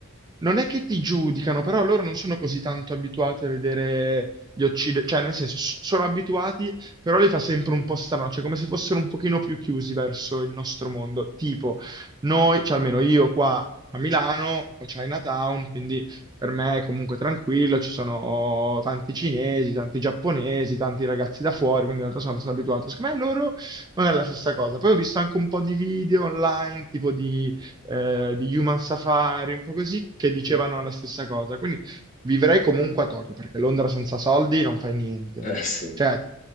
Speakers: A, on the right (about 20°); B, on the left (about 40°).
A: non è che ti giudicano, però loro non sono così tanto abituati a vedere gli occidentali, cioè nel senso s- sono abituati però li fa sempre un po' strano, cioè come se fossero un pochino più chiusi verso il nostro mondo. Tipo, noi, cioè almeno io qua a Milano ho Chinatown, quindi per me è comunque tranquillo, ci sono tanti cinesi, tanti giapponesi, tanti ragazzi da fuori, quindi in realtà sono abbastanza abituato. Secondo me loro non è la stessa cosa. Poi ho visto anche un po' di video online, tipo di, eh, di Human Safari, un po' così, che dicevano
B: Mhm. <laughs>
A: la stessa cosa. Quindi vivrei comunque a Tokyo, perché Londra senza soldi non fai niente.
B: Eh sì.
A: Cioè,